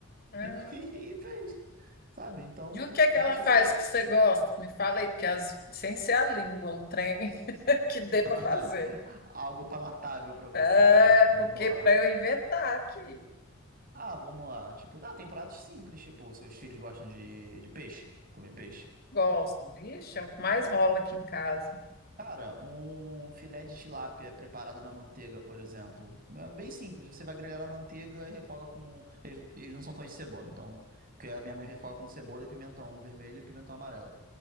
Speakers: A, on the left; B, on the right.
A: Ah,
B: <laughs> E, fez. Sabe? Então,
A: E o que é que
B: eu
A: ela
B: acho
A: faz
B: essa
A: que você gosta? Me fala aí, porque as, sem ser a língua, um trem <laughs> que dê
B: <laughs>
A: para fazer.
B: algo palatável pra você,
A: É,
B: né? Vamos
A: porque
B: lá.
A: para eu inventar aqui.
B: Ah, vamos lá. Tipo, ah, tem pratos simples, tipo, seus filhos gostam de, de peixe, comer peixe.
A: Gosto. Ixi, é o que mais rola aqui em casa.
B: Cara, um filé de tilápia preparado na manteiga, por exemplo. É bem simples. Você vai grelhar na manteiga e refoga com. Eles, eles não são fãs de cebola, então. Porque a minha mãe refoga com cebola e pimentão vermelho e pimentão amarelo.